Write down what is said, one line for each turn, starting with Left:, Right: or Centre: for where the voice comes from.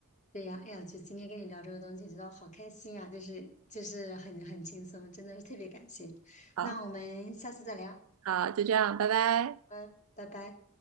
Left: 对呀，哎呀，就今天跟你聊这个东西，觉得好开心呀，就是就是很很轻松，真的是特别感谢。
Right: 好，
Left: 那我们下次再聊，
Right: 好，就这样，拜拜。
Left: 嗯，拜拜。